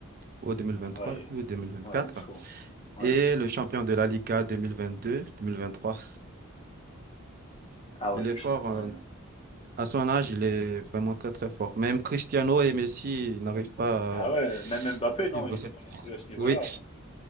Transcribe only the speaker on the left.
Ouais, il est,
ouais,
il est chaud. Ouais.
Ah ouais,
il
est
chaud.
Ouais.
Bah
ouais, même Mbappé, non,
il était
pas non plus à ce niveau-là.
à ce